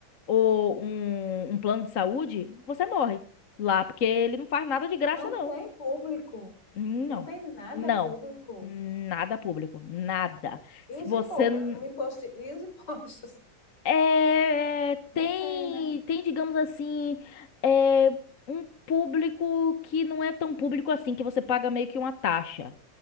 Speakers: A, on the left (about 50°); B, on the left (about 70°).
A: ou um um plano de saúde, você morre. Lá, porque ele não faz nada de graça,
B: Não
A: não.
B: tem público.
A: Hum,
B: Não
A: Não.
B: tem nada
A: Não.
B: público.
A: Nada público. Nada.
B: E
A: Se
B: os
A: você.
B: impo...
A: n-
B: o imposto... E os <laughs> impostos?
A: É,
B: Não
A: tem,
B: tem, né?
A: tem, digamos assim, é, um público que não é tão público assim, que você paga meio que uma taxa.